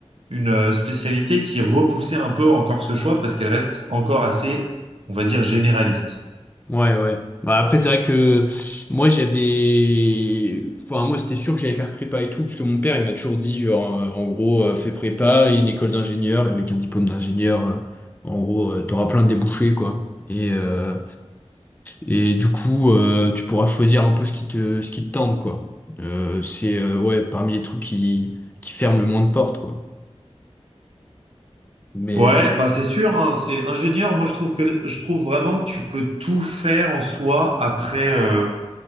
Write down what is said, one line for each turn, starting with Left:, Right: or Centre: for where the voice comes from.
Right: une euh, spécialité qui repoussait un peu encore ce choix parce qu'elle reste encore assez, on va dire, généraliste.
Left: Ouais, ouais. Bah, après, c'est vrai que moi, j'avais. Enfin, moi, c'était sûr que j'allais faire prépa et tout, parce que mon père, il m'a toujours dit, genre, euh, en gros, euh, fais prépa et une école d'ingénieur, et avec un diplôme d'ingénieur, euh, en gros, euh, t'auras plein de débouchés, quoi. Et, euh, et du coup, euh, tu pourras choisir un peu ce qui te, ce qui te tente, quoi. Euh, c'est, euh, ouais, parmi les trucs qui, qui ferment le moins de portes, quoi. Mais,
Right: Ouais,
Left: euh,
Right: bah c'est sûr, hein, c'est ingénieur. Moi, je trouve que je trouve vraiment que tu peux tout faire en soi après, euh,